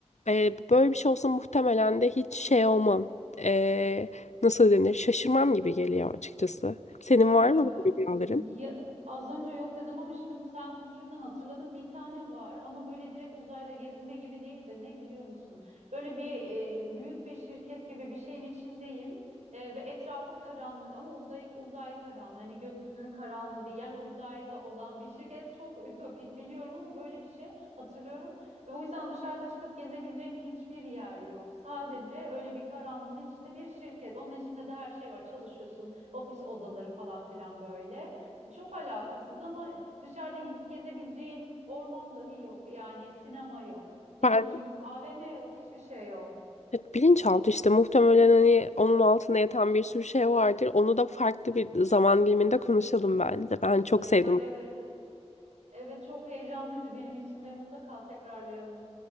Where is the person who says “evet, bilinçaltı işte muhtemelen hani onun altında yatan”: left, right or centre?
Left